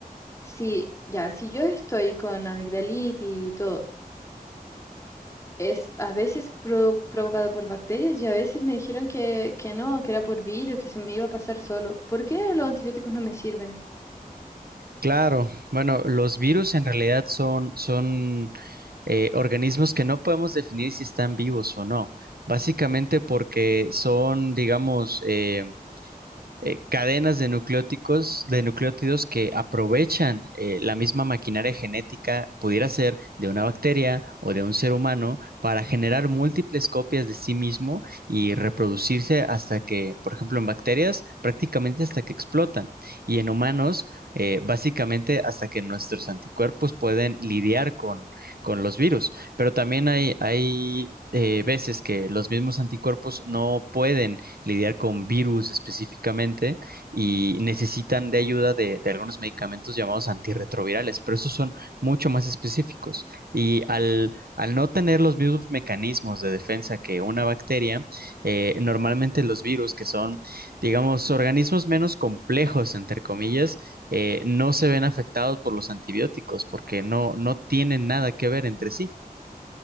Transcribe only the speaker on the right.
Claro, bueno, los virus en realidad son, son eh, organismos que no podemos definir si están vivos o no, básicamente porque son, digamos, eh, eh, cadenas de nucleóticos, de nucleótidos que aprovechan eh, la misma maquinaria genética, pudiera ser de una bacteria o de un ser humano, para generar múltiples copias de sí mismo y reproducirse hasta que, por ejemplo, en bacterias, prácticamente hasta que explotan. Y en humanos, eh, básicamente hasta que nuestros anticuerpos pueden lidiar con, con los virus. Pero también hay, hay eh, veces que los mismos anticuerpos no pueden lidiar con virus específicamente y necesitan de ayuda de, de algunos medicamentos llamados antirretrovirales, pero estos son mucho más específicos. Y al, al no tener los mismos mecanismos de defensa que una bacteria, eh, normalmente los virus, que son, digamos, organismos menos complejos, entre comillas, eh, no se ven afectados por los antibióticos porque no, no tienen nada que ver entre sí.